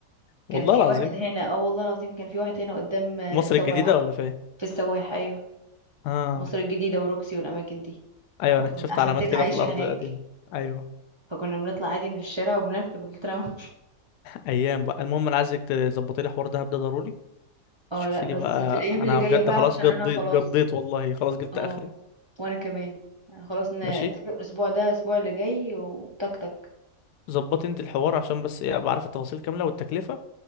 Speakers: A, on the left; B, on the right.
A: والله
B: كان في
A: العظيم
B: واحد هنا اه والله العظيم كان في واحد هنا قدام آه،
A: في مصر
B: السواح
A: الجديدة ولا فين
B: في السواح ايوه
A: اه
B: مصر الجديدة وروكسي والاماكن دي
A: ايوه
B: وكان-
A: انا شفت
B: عشان
A: علامات
B: تيتا
A: كده
B: عايشة
A: في الارض
B: هناك
A: القديمة ايوه
B: فكنا بنطلع عادي من الشارع وبنركب الترام
A: ايام بقى المهم انا عايزك تظبطي لي حوار دهب ده ضروري
B: <laughs> اه
A: تشوفي
B: لا بس
A: لي بقى
B: في الايام
A: انا
B: اللي جاية
A: بجد
B: بقى
A: خلاص
B: عشان
A: قضيت
B: انا خلاص
A: قضيت والله خلاص جبت
B: اه
A: اخري
B: وانا كمان يعني خلاص نتفق
A: ماشي
B: الاسبوع ده الاسبوع اللي جاي وتك تك
A: ظبطي انت الحوار عشان بس ايه ابقى عارف التفاصيل كاملة والتكلفة